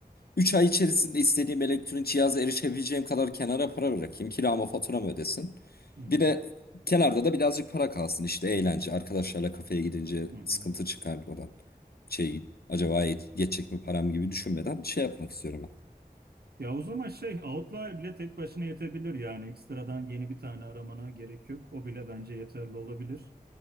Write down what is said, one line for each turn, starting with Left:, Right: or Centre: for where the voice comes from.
Left: 3 ay içerisinde istediğim elektronik cihaza erişebileceğim kadar kenara para bırakayım. Kiramı faturamı ödesin.
Right: hı hı,
Left: Bir de kenarda da birazcık para kalsın işte eğlence. Arkadaşlarla kafeye gidince
Right: hı
Left: sıkıntı çıkarmadan şey acaba yet- yetecek mi param gibi düşünmeden şey yapmak istiyorum ben.
Right: Ya o zaman şey Outlier bile tek başına yetebilir yani ekstradan yeni bir tane aramana gerek yok. O bile bence yeterli olabilir.